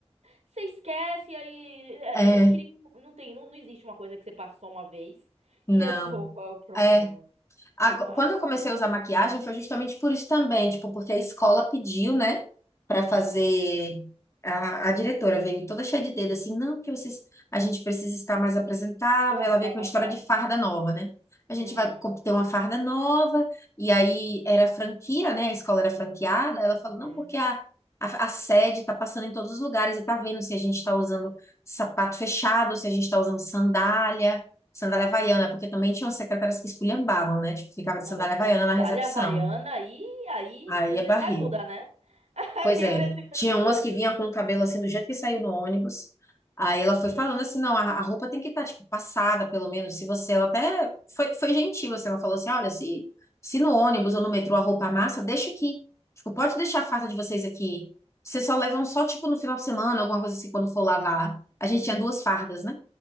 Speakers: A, on the right (about 80°); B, on the left (about 25°).
A: você esquece, aí é,
B: É,
A: é, eu queria. Não tem, não, não existe uma coisa que você passa só uma vez
B: não.
A: e <laughs> resolva o problema.
B: É. Ago-
A: Ai.
B: Quando eu comecei a usar maquiagem foi justamente por isso também, tipo, porque a escola pediu, né, Pra
A: Uhum.
B: fazer a, a diretora veio toda cheia de dedo assim, não, porque vocês a gente precisa estar mais apresentável,
A: <laughs>
B: ela veio com a história de farda nova, né? A gente
A: Hum.
B: vai co- ter uma farda nova, e aí era franquia, né? A escola era franqueada. Ela
A: Uhum.
B: falou, não, porque a, a, a sede tá passando em todos os lugares e tá vendo se a gente tá usando sapato fechado, se a gente tá usando sandália sandália
A: Nossa.
B: havaiana, porque também tinham secretárias que esculhambavam, né? Tipo, ficava de
A: Não,
B: sandália
A: mas sandália
B: havaiana na recepção.
A: havaiana aí, aí
B: Aí
A: precisa
B: é barril.
A: de ajuda, né? <laughs>
B: Pois
A: Aí
B: é,
A: precisa
B: tinha
A: de
B: umas
A: ajuda.
B: que vinha com o cabelo assim, do jeito que saiu no ônibus. Aí ela foi
A: Que...
B: falando assim, não, a, a roupa tem que estar, tipo, passada, pelo menos, se você... Ela até foi, foi gentil, assim, ela falou assim, olha, se, se no ônibus ou no metrô a roupa amassa, deixa aqui. Tipo, pode deixar a farda de vocês aqui. Vocês só levam só, tipo, no final de semana, alguma coisa assim, quando for lavar. A gente tinha duas fardas, né?